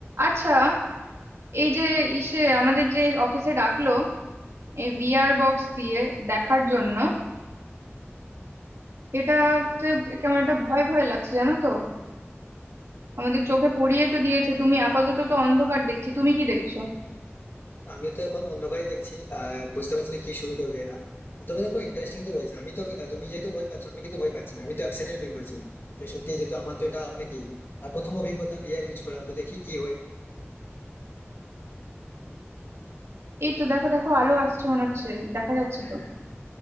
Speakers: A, on the right; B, on the left.
A: আচ্ছা এই যে ইসে আমাদের যে অফিসে ডাকলো এই ভিআর বক্স দিয়ে দেখার জন্য এটাতে কেমন একটা ভয় ভয় লাগছে জানো তো আমাদের চোখে
B: দেখো,
A: পড়িয়ে তো দিয়েছে তুমি আপাতত তো অন্ধকার দেখছি তুমি কি দেখছো
B: আমি তো এখন অন্ধকারই দেখছি আহ বুঝতে পারছি না কি শুরু করবে এরা তবে দেখো ইন্টারেস্টিং তো রয়েছে আমি তো তুমি যেহেতু ভয় পাচ্ছ আমি কিন্তু ভয় পাচ্ছি না আমি তো এক্সাইটেড ফিল করছি যে সত্যি যেহেতু আমার তো এটা মানে কি আর প্রথম অভিজ্ঞতা ভিআর ইউজ করা তো দেখি কি হয়
A: এই তো দেখো দেখো আলো আসছে মনে হচ্ছে দেখা যাচ্ছে
B: হ্যাঁ
A: তো